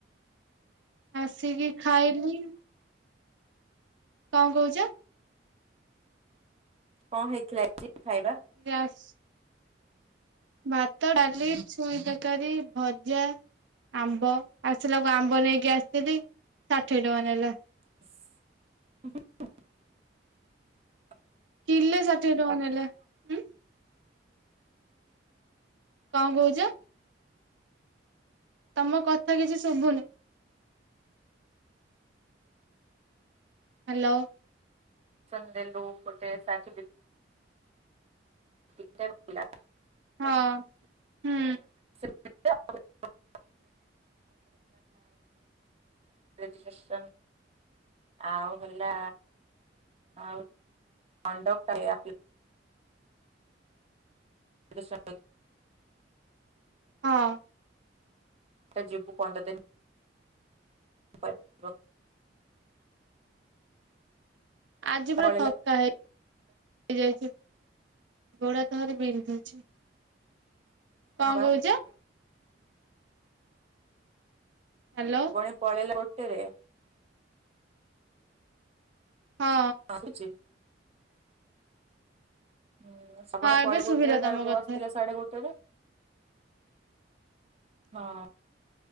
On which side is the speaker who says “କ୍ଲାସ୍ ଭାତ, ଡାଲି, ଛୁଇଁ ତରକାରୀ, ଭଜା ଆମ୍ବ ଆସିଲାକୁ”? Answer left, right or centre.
Right